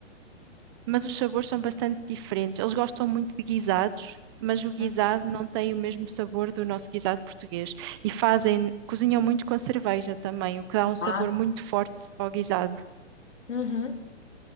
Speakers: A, on the right; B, on the left.
A: mas os sabores são bastante diferentes. Eles gostam muito de guisados, mas o guisado
B: Hum,
A: não tem o mesmo sabor do nosso guisado português. E fazem, cozinham muito com cerveja também, o que dá um sabor
B: Ah,
A: muito forte ao guisado.
B: uhum,